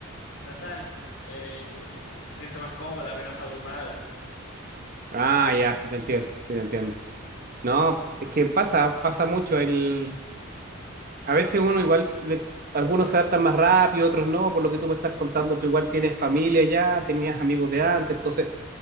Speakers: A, on the left (about 70°); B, on the right (about 45°).
A: natal. Eh, es- se siente más cómoda, menos abrumada.
B: Ah, ya, sí te entiendo, sí te entiendo. No, es que pasa, pasa mucho. El, a veces uno igual, le- algunos se adaptan más rápido, otros no, por lo que tú me estás contando, tú igual tienes familia ya, tenías amigos de antes, entonces